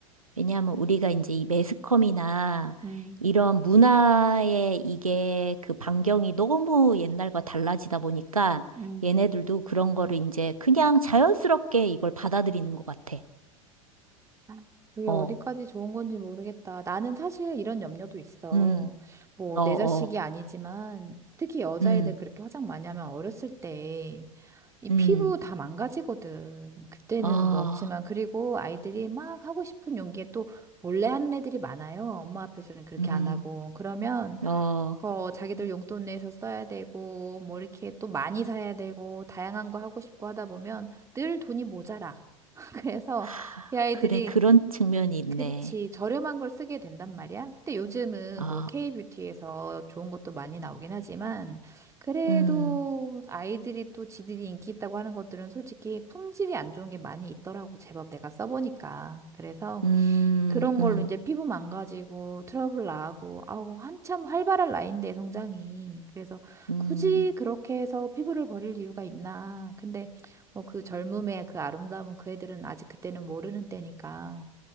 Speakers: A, on the right; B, on the right.
A: 왜냐하면 우리가 이제 이 매스컴이나
B: 음,
A: 이런 문화의 이게 그 반경이 너무 옛날과 달라지다 보니까
B: 음,
A: 얘네들도 그런 거를 이제 그냥 자연스럽게 이걸 받아들이는 것 같아.
B: 아, 그게
A: 어,
B: 어디까지 좋은 건지 모르겠다. 나는 사실 이런 염려도 있어.
A: 음,
B: 뭐,
A: 어,
B: 내
A: 어,
B: 자식이 아니지만, 특히 여자애들
A: 음,
B: 그렇게 화장 많이 하면 어렸을 때 이
A: 음,
B: 피부 다 망가지거든. 그때는
A: 어,
B: 먹지만, 그리고 아이들이 막 하고 싶은 용기에 또 몰래 하는 애들이 많아요. 엄마 앞에서는 그렇게
A: 음,
B: 안 하고. 그러면,
A: 어.
B: 그 자기들 용돈 내서 써야 되고, 뭐 이렇게 또 많이 사야 되고, 다양한 거 하고 싶고 하다 보면 늘 돈이 모자라. <laughs> 그래서
A: 하,
B: 이 아이들이
A: 그래, 그런 측면이 있네.
B: 그치, 저렴한 걸 쓰게 된단 말이야. 근데 요즘은
A: 아,
B: 뭐 K뷰티에서 좋은 것도 많이 나오긴 하지만, 그래도
A: 음,
B: 아이들이 또 지들이 인기 있다고 하는 것들은 솔직히 품질이 안 좋은 게 많이 있더라고, 제법 내가 써보니까. 그래서
A: 음,
B: 그런 걸로
A: 음,
B: 이제 피부 망가지고 트러블 나고, 아우, 한참 활발한 나이인데, 성장이. 그래서
A: 음,
B: 굳이 그렇게 해서 피부를 버릴 이유가 있나. 근데 뭐 그 젊음의 그 아름다움은 그 애들은 아직 그때는 모르는 때니까.